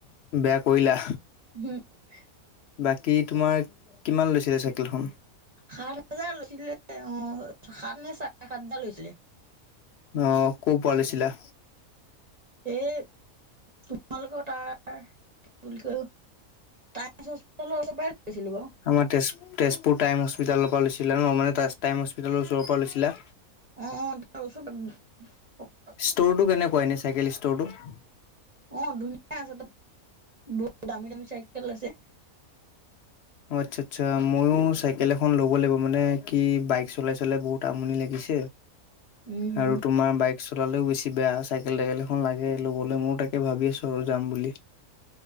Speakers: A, on the left; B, on the right.
A: বেয়া কৰিলা?
B: <inaudible>
A: বাকি তোমাৰ কিমান লৈছিলে চাইকেলখন
B: সাত হাজাৰ লৈছিলে উ সাত নে সাতহাজাৰ হৈছিলে
A: অ', ক'ৰ পৰা লৈছিলা?
B: এই তোমালোকৰ তাৰ কি বুলি কয় টাইমছ <inaudible> হস্পিতালৰ পৰাই লৈছিলো বাৰু
A: আমাৰ তেজ তেজপুৰ টাইম হস্পিটালৰ পৰা লৈছিলা ন মানে টাইম হস্পিটালৰ ওপৰৰ পৰা লৈছিলা
B: অ তাৰ ওচৰৰ পৰাই <inaudible>
A: ষ্ট'ৰটো কেনেকুৱা এনে চাইকেল ষ্ট'ৰটো উ <inaudible>
B: অ ধুনীয়া আছে তাত বহুত দামী দামী চাইকেল আছে
A: অ, আচ্ছা আচ্ছা, মই ও চাইকেল এখন ল'ব লাগিব, মানে কি বাইক চলাই চলাই বহুত আমনি লাগিছে
B: উম
A: আৰু তোমাৰ বাইক চলালেও বেছি কিবা চাইকেল টাইকেল এখন লাগে ল'বলৈ ময়ো তাকে ভাবি আছো আৰু যাম বুলি